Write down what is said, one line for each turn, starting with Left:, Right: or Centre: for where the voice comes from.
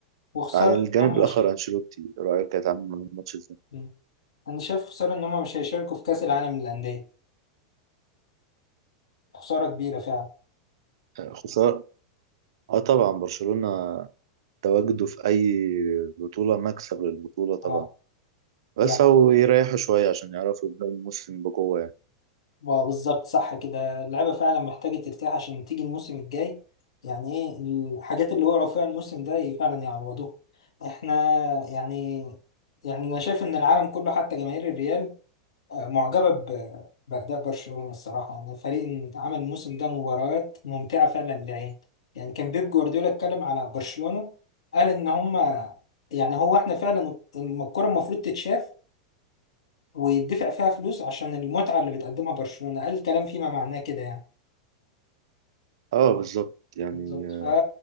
Left: وخساره
Right: على الجانب
Left: إن هم
Right: الاخر انشيلوتي رايك كانت عامل من الماتش ازاي
Left: مش انا شايف خساره ان هم مش هيشاركوا في كاس العالم للانديه خساره كبيره فعلا
Right: خسارة اه طبعا برشلونة تواجده في أي بطولة مكسب للبطولة طبعا
Left: اه
Right: بس
Left: يعني
Right: أو يريحوا شوية عشان يعرفوا يبدأوا الموسم بقوة يعني
Left: آه، بالظبط صح كده اللعيبه فعلا محتاجه ترتاح عشان تيجي الموسم الجاي يعني ايه الحاجات اللي وقعوا فيها الموسم ده ي- فعلا يعوضوها احنا يعني يعني انا شايف ان العالم كله حتى جماهير الريال معجبة ب- بأداء برشلونة الصراحة أنا فريق عمل الموسم ده مباريات ممتعة فعلا للعين يعني كان بيب جوارديولا اتكلم على برشلونة قال إن هما يعني هو إحنا فعلا الكرة المفروض تتشاف ويدفع فيها فلوس عشان المتعة اللي بتقدمها برشلونة قال الكلام فيما معناه كده يعني
Right: اه بالظبط يعني
Left: بالظبط
Right: آه،
Left: ف